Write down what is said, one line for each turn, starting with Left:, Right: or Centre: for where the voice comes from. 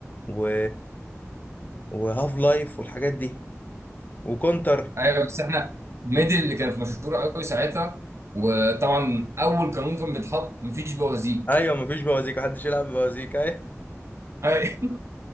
Left: و وهاف لايف والحاجات دي وكونتر
Right: ايوه بس احنا ميدل اللي كانت مشهوره قوي ساعتها وطبعا اول قانون كان بيتحط مفيش بوازيك
Left: ايوه مفيش بوازيك محدش يلعب بوازيك ايوه
Right: ايوه